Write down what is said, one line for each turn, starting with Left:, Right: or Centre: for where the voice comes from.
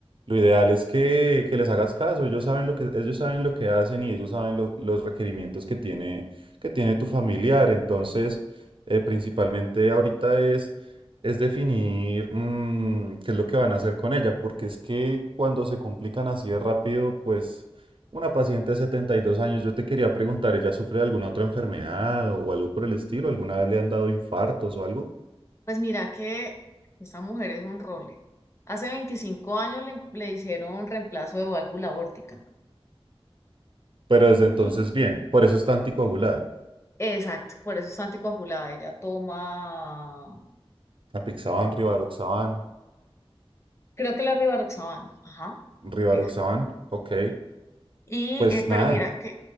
Right: Lo ideal es que, que les hagas caso, ellos saben lo que, ellos saben lo que hacen y ellos saben lo- los requerimientos que tiene, que tiene tu familiar. Entonces, eh, principalmente ahorita es, es definir mm, qué es lo que van a hacer con ella, porque es que cuando se complican así de rápido, pues una paciente de 72 años, yo te quería preguntar, ¿ella sufre de alguna otra enfermedad o algo por el estilo? ¿Alguna vez le han dado infartos o algo?
Left: Pues mira que esa mujer es un role. Hace 25 años le, le hicieron reemplazo de válvula aórtica.
Right: Pero desde entonces,
Left: Y-
Right: bien, por eso está anticoagulada.
Left: Exacto, por eso está anticoagulada. Ella toma,
Right: Apixaban, rivaroxaban,
Left: creo que la rivaroxaban. Ajá,
Right: rivaroxaban,
Left: eso.
Right: ok.
Left: Y,
Right: Pues
Left: eh,
Right: nada,
Left: pero mira, que,